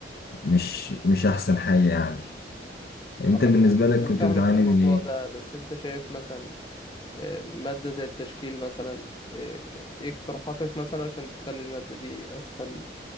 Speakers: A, on the left; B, on the left.
A: مش مش أحسن حاجة يعني أنت
B: آه،
A: بالنسبة
B: أنا
A: لك
B: أنا
A: كنت
B: فاهمك
A: بتعاني
B: في الموضوع
A: من إيه؟
B: ده بس أنت شايف مثلا آه، مادة زي التشكيل مثلا آه، آه، إيه اقتراحاتك مثلا عشان تخلي المادة دي أسهل